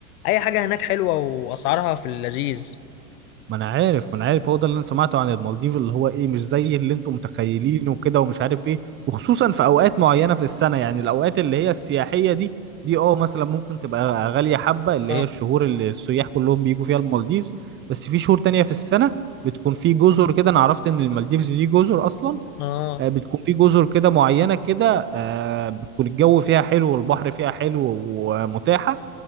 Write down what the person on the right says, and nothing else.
ما انا عارف ما انا عارف هو ده اللي انا سمعته عن المالديف اللي هو ايه مش زي اللي انتم متخيلينه وكده ومش عارف ايه وخصوصا في اوقات معينه في السنه يعني الاوقات اللي هي السياحيه دي دي اه مثلا ممكن تبقى غاليه حبه اللي
هي الشهور اللي السياح كلهم بيجوا فيها المالديفز بس في شهور تانية في السنه بتكون في جزر كده انا عرفت ان المالديفز دي جزر اصلا
آه، بتكون في جزر كده معينة كده آه، بتكون الجو فيها حلو والبحر فيها حلو ومتاحة